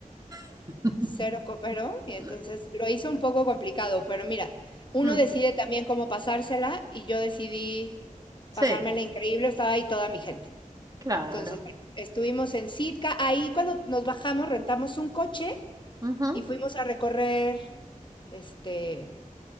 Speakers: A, on the right; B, on the left.
A: <laughs>
B: cero cooperó, y entonces
A: No.
B: lo hizo un poco complicado, pero mira, uno
A: Mm,
B: decide también cómo pasársela, y yo decidí
A: sí,
B: pasármela increíble, estaba ahí toda mi gente.
A: claro.
B: Entonces, bueno, estuvimos en Sitka, ahí cuando nos bajamos rentamos un coche
A: Ujú.
B: y fuimos a recorrer este